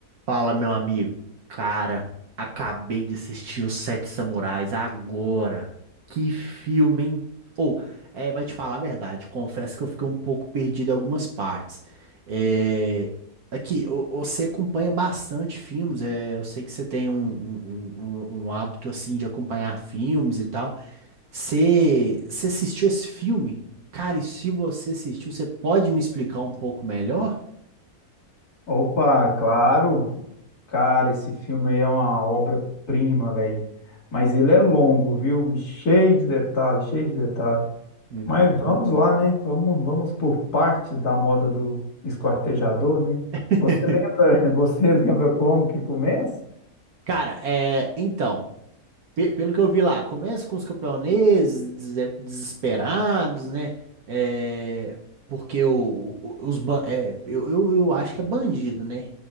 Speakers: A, on the right (about 70°); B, on the left (about 80°).
A: Fala, meu amigo. Cara, acabei de assistir Os Sete Samurais agora. Que filme, hein? Ou, é, vai te falar a verdade, confesso que eu fiquei um pouco perdido em algumas partes. É, aqui, o- você acompanha bastante filmes, é, eu sei que você tem um, um, um- um um hábito, assim, de acompanhar filmes e tal. Você, você assistiu esse filme? Cara, e se você assistiu, você pode me explicar um pouco melhor?
B: Opa, claro. Cara, esse filme aí é uma obra-prima, velho. Mas ele é longo, viu? Cheio de detalhes, cheio de detalhes.
A: Uhum.
B: Mas vamos lá, né? Vamos, vamos por partes da moda do esquartejador, né?
A: <laughs>
B: Você lembra, <laughs> você lembra como que começa?
A: Cara, é, então, pe- pelo que eu vi lá, começa com os campeoneses des- desesperados, né? É, porque o, o- os, ban- é, eu, eu, eu acho que é bandido, né?